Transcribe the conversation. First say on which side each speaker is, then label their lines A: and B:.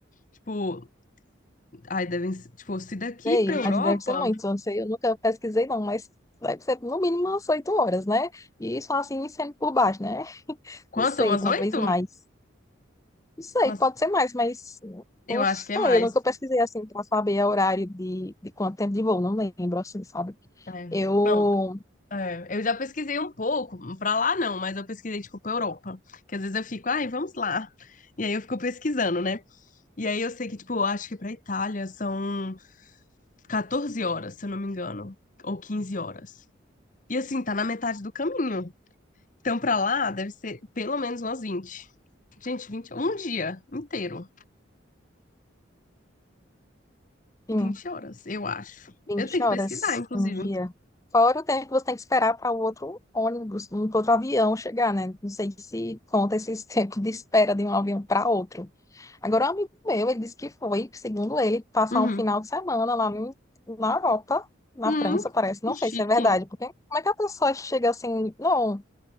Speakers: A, on the left; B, on the left.
A: Tipo, ai, devem, ser- tipo, se daqui
B: sei,
A: para
B: mas
A: Europa,
B: deve ser muito. Eu não sei, eu nunca pesquisei não, mas deve ser no mínimo umas oito horas, né? E só assim, sendo por baixo, né?
A: quanto?
B: Não sei,
A: Umas
B: talvez
A: oito?
B: mais. Não sei,
A: Umas
B: pode ser mais, mas
A: Eu
B: não
A: acho
B: sei.
A: que é mais.
B: Eu nunca pesquisei assim para saber o horário de, de quanto tempo de voo, não lembro, assim, sabe?
A: É.
B: Eu,
A: Não, é, eu já pesquisei um pouco, pra lá não, mas eu pesquisei tipo pra Europa, que às vezes eu fico, ai, vamos lá. E aí eu fico pesquisando, né? E aí eu sei que tipo, eu acho que pra Itália são 14 horas, se eu não me engano, ou 15 horas. E assim, tá na metade do caminho. Então pra lá deve ser pelo menos umas 20. Gente, 20, um dia inteiro,
B: sim,
A: 20 horas, eu acho.
B: 20
A: Eu tenho
B: horas
A: que pesquisar, inclusive.
B: um dia. Fora o tempo que você tem que esperar para o outro ônibus, um outro avião chegar, né? Não sei se conta esses <laughs> tempos de espera de um avião para outro. Agora, um amigo meu, ele disse que foi, segundo ele, passar
A: Uhum.
B: um final de semana lá em- na Europa, na
A: Hum,
B: França, parece.
A: que
B: Não
A: chique.
B: sei se é verdade, porque como é que a pessoa chega assim, não